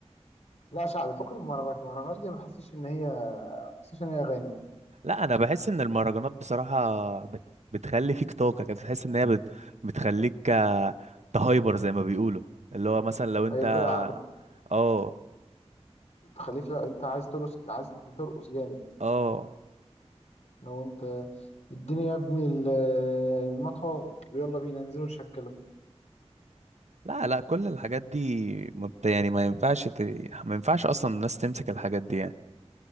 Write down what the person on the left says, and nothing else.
لا شعبي فكك من المهرجانات المهرجانات دي ما بحسش ان هي ما بحسش ان هي اغاني
هي بت-
بتخليك لا انت عايز ترقص عايز ترقص جامد
لو انت اديني يا ابني ال- المطوه ويلا بينا ننزل نشكله